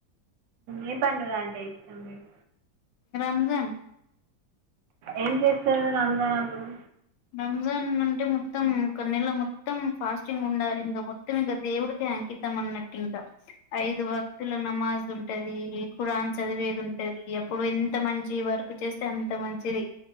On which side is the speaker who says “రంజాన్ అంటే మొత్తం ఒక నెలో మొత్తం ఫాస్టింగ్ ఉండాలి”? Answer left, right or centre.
Left